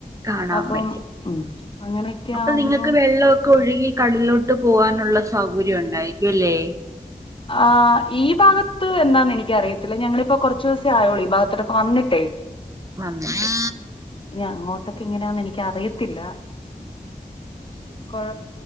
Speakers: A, on the right; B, on the left.
A: കാണാൻ
B: അപ്പം
A: പറ്റും
B: ഉം അങ്ങനെയൊക്കെ
A: അപ്പൊ
B: ആവുമ്പം
A: നിങ്ങക്ക് വെള്ളവൊക്കെ ഒഴുകി കടലിലോട്ട് പോവാനുള്ള സൗകര്യം ഉണ്ടായിരിക്കും അല്ലേ?
B: ആ് ഈ ഭാഗത്ത് എന്താന്ന് എനിക്കറിയത്തില്ല ഞങ്ങളിപ്പോ കൊറച്ചു ദിവസം ആയോളൂ ഈ ഭാഗത്തട്ടെക്കെ വന്നിട്ടേ.
A: വന്നിട്ട്
B: ഇഞ്ഞി അങ്ങോ അതൊക്കെങ്ങനാന്ന് എനിക്കറിയത്തില്ല കൊഴപ്പ